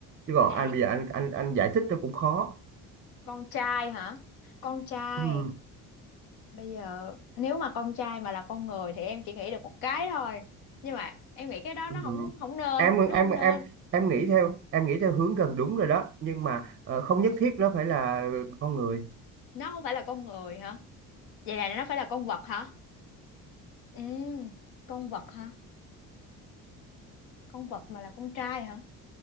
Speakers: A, on the right; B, on the left.
A: chứ còn anh
B: Ê
A: bây giờ anh anh anh giải thích nó cũng khó
B: con trai hả con trai
A: ừ,
B: bây giờ nếu mà con trai mà là con người thì em chỉ nghĩ được một cái thôi nhưng mà em nghĩ cái đó
A: ừ.
B: nó không không nên
A: em
B: nó
A: em
B: không
A: em
B: nên
A: em nghĩ theo em nghĩ theo hướng gần đúng rồi đó nhưng mà ờ, không nhất thiết nó phải là con người
B: nó không phải là con người hả vậy là nó phải là con vật hả ừ con vật hả con vật mà là con trai hả